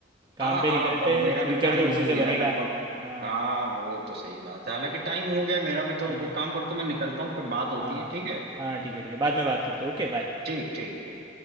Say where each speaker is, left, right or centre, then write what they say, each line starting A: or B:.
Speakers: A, on the right (about 55°); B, on the right (about 20°).
A: हाँ
B: काम पे
A: हाँ
B: निकलते
A: अब मेरा
B: हैं फ्यूचर
A: भी टाइम
B: तो उसी
A: हो ही
B: से
A: गया
B: बनेगा
A: है लगभग
B: हाँ
A: हाँ वो तो सही बात है हालांकि टाइम हो गया है, मेरा भी तो
B: हाँ
A: एक काम करता हूँ मैं निकलता हूँ फिर बात होती
B: हाँ हाँ
A: है ठीक है
B: हाँ ठीक है ठीक है बाद में बात करते हैं Okay bye
A: ठीक ठीक ठीक